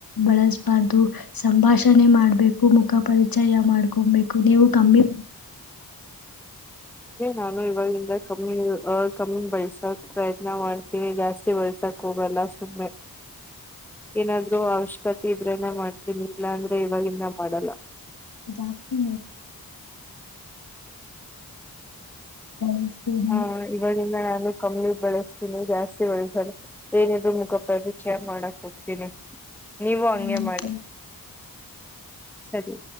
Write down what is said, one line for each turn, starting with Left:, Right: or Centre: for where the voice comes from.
Left: ಬಲ್ಸ್ಬರ್ದು ಸಂಭಾಷಣೆ ಮಾಡ್ಬೇಕು ಮುಖ ಪರಿ ಜಯ ಮಾಡ್ಕೊಬೇಕು ನೀವು ಕಮ್ಮಿ
Centre: ನಾನು ಇವಾಗಿಂದ ಕಮ್ಮಿ ಕಮ್ಮಿ ಬಳ್ಸೋಕ್ ಪ್ರಯತ್ನ ಮಾಡ್ತೀನಿ ಜಾಸ್ತಿ ಬೆಳ್ಸಕ್ ಹೋಗಲ್ಲ ಸುಮ್ಮನೆ ಏನಾದ್ರರು ಅವಶ್ಯಕತೆ ಇದ್ರೆನ ಮಾಡ್ತೀನಿ ಇಲ್ಲ ಅಂದ್ರೆ ಇವಗಿಂದ ಮಾಡಲ್ಲ
Left: ಜಾಸ್ತಿ ಬಳಸ್ಬೇಡಿ
Centre: ಹಾ ಇವಾಗಿಂದ ನಾನು ಕಮ್ಮಿ ಬಾಲಸ್ಥಿನೀ ಜಾಸ್ತಿ ಒಳ್ಳಿ ಸ್ವಲ್ಪ <inaudible> ಏನಾದ್ ಮುಖಪ ಚೆ ಮಾಡಕದು <inaudible> ಕರ <inaudible> ನೀವು
Left: ಕಮ್ಮಿ
Centre: ಹಂಗೆ ಮಾಡಿ ಸರಿ